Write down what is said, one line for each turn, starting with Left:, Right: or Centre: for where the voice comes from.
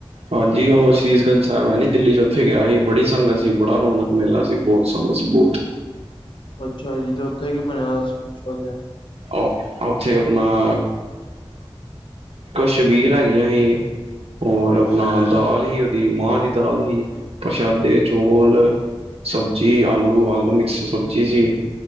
Right: ਹਾਂਜੀ, ਉਹ ਸੀਸ ਗੰਜ ਸਾਹਿਬ ਹੈ ਨੀ ਦਿੱਲੀ ਚ, ਉੱਥੇ ਗਿਆ ਸੀ। ਬੜੀ ਸੰਗਤ ਸੀ ਬੜਾ ਰੋਣਕ ਮੇਲਾ ਸੀ, ਬਹੁਤ ਸੰਗਤ ਸੀ ਬਹੁਤ
Left: ਅੱਛਾ ਜੀ ਤੇ ਉੱਥੇ, ਕੀ ਬਣਿਆ ਆਛ ਜ
Right: ਅ ਉੱਥੇ ਆਪਣਾ ਕੁਛਬੀਰ ਹੈਗੀਆਂ ਸੀ ਹੋਰ ਆਪਣਾ
Left: ਜੀ
Right: ਦਾਲ ਹੀ ਦੀ ਮਾਂ ਦੀ ਦਾਲ ਸੀ ਪ੍ਰਸ਼ਾਦੇ ਚੋਲ ਸਬਜੀ ਆਲੂ ਆਲੂ ਮਿਕਸ ਸਬਜ਼ੀ ਸੀ